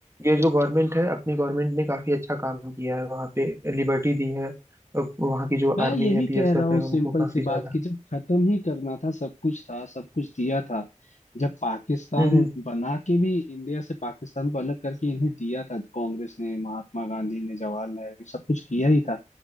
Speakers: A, on the right; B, on the left.
A: ये जो गवर्नमेंट है अपनी गवर्नमेंट ने काफी अच्छा काम किया है वहाँ पे लिबर्टी दी है अब वहाँ की जो
B: मैं
A: आर्मी
B: यही
A: है बीएसएफ
B: कह रहा हूँ
A: है
B: सिंपल
A: उनको काफी
B: सी बात
A: ज्यादा
B: कि जब खत्म ही करना था सब कुछ था सब कुछ दिया था जब पाकिस्तान
A: हम्म हम्म।
B: बना के भी इंडिया से पाकिस्तान को अलग करके इन्हें दिया था कांग्रेस ने महात्मा गांधी ने जवाहरलाल ने सब कुछ किया ही था